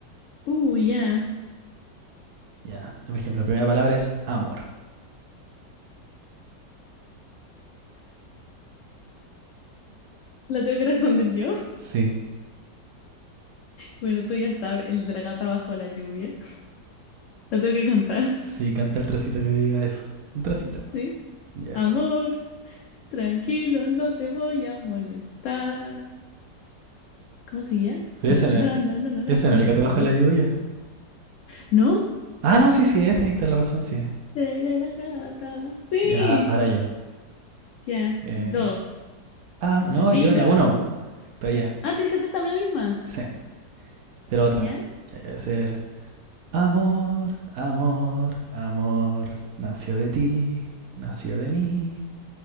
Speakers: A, on the left; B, on the right.
A: Uh, ya.
B: Ya. Por ejemplo, la primera palabra es amor.
A: La tengo que responder yo. <laughs>
B: Sí.
A: Bueno, tú ya sabes, el de la gata bajo la lluvia. La tengo que cantar,
B: Sí, canta el trocito que diga eso. Un trocito,
A: <laughs> ¿sí?
B: ¿no? Ya.
A: Amor, tranquilo, no te voy a molestar. ¿Cómo seguía?
B: Pero ese,
A: Na,
B: no
A: na,
B: es-
A: na, na, na,
B: ese
A: na,
B: en
A: na,
B: el
A: na,
B: gato bajo
A: na, na.
B: la lluvia.
A: ¿No?
B: Ah, no, sí, sí es, tenéis toda la razón, sí es.
A: Seré la gata. Sí.
B: Ya, ahora yo.
A: Ya.
B: Eh,
A: Dos.
B: ah, no,
A: Vida.
B: yo la uno, todavía.
A: Ah, tienes que hacer también la misma.
B: Sí, pero otra.
A: ¿Ya?
B: Ya, ya, debe ser. Amor, amor, amor, nació de ti, nació de mí,